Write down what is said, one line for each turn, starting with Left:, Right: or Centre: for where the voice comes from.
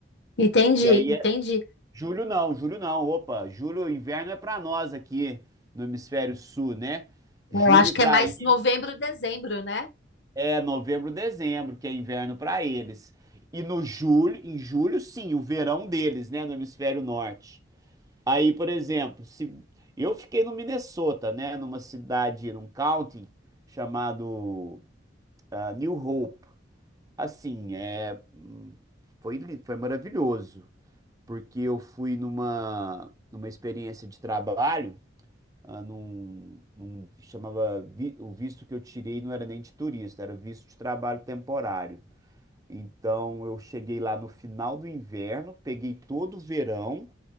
Left: Entendi,
Right: Que aí
Left: entendi.
Right: é julho não, julho não, opa, julho inverno é pra nós aqui no hemisfério sul, né? Julho
Left: Eu acho que
Right: pra
Left: é mais
Right: aí
Left: novembro, dezembro, né?
Right: É novembro, dezembro, que é inverno para eles. E no julho, em julho, sim, o verão deles, né, no hemisfério norte. Aí, por exemplo, se eu fiquei no Minnesota, né, numa cidade, num county chamado ah, New Hope. Assim, é hum, foi li- foi maravilhoso, porque eu fui numa numa experiência de trabalho, ah, num, num chamava vi- o visto que eu tirei não era nem de turista, era visto de trabalho temporário. Então eu cheguei lá no final do inverno, peguei todo o verão